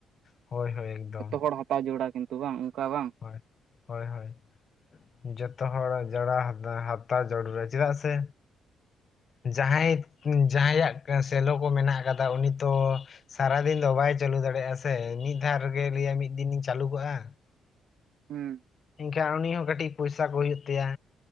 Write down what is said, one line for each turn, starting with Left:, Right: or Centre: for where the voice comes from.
Left: ᱦᱳᱭ ᱦᱳᱭ ᱮᱠᱫᱚᱢ
Right: ᱡᱚᱛᱚ ᱦᱚᱲ ᱦᱟᱛᱟᱣ ᱡᱟᱹᱨᱩᱲᱟ ᱠᱤᱱᱛᱩ ᱵᱟᱝ ᱚᱱᱠᱟ ᱵᱟᱝ
Left: ᱦᱳᱭ, ᱦᱳᱭ ᱦᱳᱭ ᱡᱚᱛᱚ ᱦᱚᱲ ᱡᱚᱲᱟ ᱦᱟᱛᱟ, ᱦᱟᱛᱟᱣ ᱡᱟᱹᱨᱩᱲᱟ᱾ ᱪᱮᱫᱟᱜ ᱥᱮ? ᱡᱟᱦᱟᱸᱭ ᱡᱟᱦᱟᱸᱭᱟᱜ ᱥᱮᱞᱚ ᱠᱚ ᱢᱮᱱᱟᱜ ᱠᱟᱫᱟ ᱩᱱᱤ ᱛᱚ ᱥᱟᱨᱟᱫᱤᱱ ᱫᱚ ᱵᱟᱭ ᱪᱟᱹᱞᱩ ᱫᱟᱲᱮᱭᱟᱜ-ᱟ ᱥᱮ ᱢᱤᱫ ᱫᱷᱟᱣ ᱨᱮᱜᱮ ᱞᱟᱹᱭᱟ ᱢᱤᱫ ᱫᱤᱱᱤᱧ ᱪᱟᱹᱞᱩ ᱠᱟᱜ-ᱟ᱾
Right: ᱦᱩᱸ
Left: ᱮᱱᱠᱷᱟᱱ ᱩᱱᱤ ᱦᱚᱸ ᱠᱟᱹᱴᱤᱡ ᱯᱚᱭᱥᱟ ᱠᱚ ᱦᱩᱭᱩᱜ ᱛᱟᱭᱟ᱾